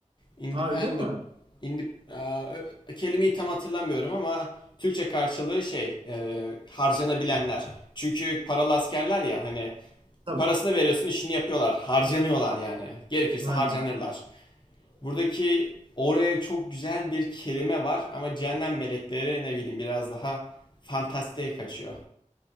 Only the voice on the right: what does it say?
Ha öyle mi?
Tabii.
Aynen.